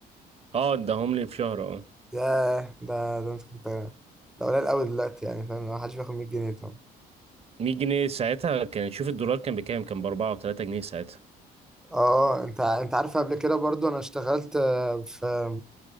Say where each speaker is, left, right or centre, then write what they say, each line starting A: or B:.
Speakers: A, on the right; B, in the centre.
A: اه اداهم لي في شهر اه
B: ياه ده ده انت كنت ده قليل قوي دلوقتي يعني فاهم ما حدش بياخد 100 جنيه طبعا
A: 100 جنيه ساعتها كان شوف الدولار كان بكام كان ب 4 و3 جنيه ساعتها
B: اه انت انت عارف قبل كده برضو انا اشتغلت آه، في